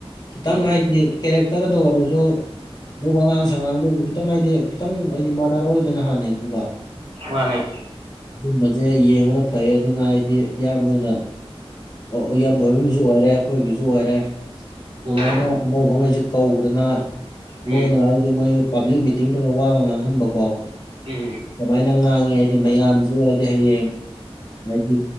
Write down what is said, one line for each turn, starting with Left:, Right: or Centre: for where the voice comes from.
Left: ꯈꯤꯇꯪ
Right: ꯎꯝ
Left: ꯍꯥꯏꯗꯤ ꯀꯦꯔꯦꯛꯇꯔꯗ ꯑꯣꯏꯔꯁꯨ ꯑꯗꯩ ꯋꯥꯉꯥꯡ ꯁꯉꯥꯡꯗꯗ ꯈꯤꯇꯪ ꯍꯥꯏꯗꯤ ꯈꯤꯇꯪ ꯍꯥꯏꯗꯤ ꯃꯥꯟꯅꯔꯣꯏꯗꯅ ꯍꯥꯟꯅꯩꯗꯨꯒ
Right: ꯃꯥꯅꯦ
Left: ꯑꯗꯨꯨꯝꯕꯁꯦ ꯌꯦꯡꯕꯅ ꯐꯩꯌꯦ ꯑꯗꯨꯅ ꯍꯥꯏꯗꯤ ꯏꯌꯥꯝꯕ ꯑꯣꯏꯅ ꯨ ꯏꯌꯥꯝꯕꯨꯝ ꯑꯃꯁꯁꯨ ꯑꯣꯏꯔꯦ ꯑꯩꯈꯣꯏꯒꯤꯁꯨ ꯑꯣꯏꯔꯦ ꯑꯗꯨꯃꯥꯏꯅ
Right: ꯎꯝ ꯎꯝ
Left: ꯑꯅꯧꯕꯉꯩꯁꯦ ꯀꯧꯕꯧꯗꯅ
Right: ꯎꯝ
Left: ꯃꯣꯏꯅ ꯍꯥꯏ ꯑ ꯃꯣꯏ ꯄꯥꯕ꯭ꯂꯤꯛ ꯃꯤꯇꯤꯡꯗꯒ ꯋꯥꯒ ꯉꯥꯡꯍꯟꯕꯀꯣ
Right: ꯎꯝ
Left: ꯀꯃꯥꯏꯅ ꯉꯥꯡꯉꯤ ꯍꯥꯏꯗꯤ ꯃꯌꯥꯝꯁꯨ ꯍꯥꯏꯗꯤ ꯍꯌꯦꯡ ꯍꯥꯏꯗꯤ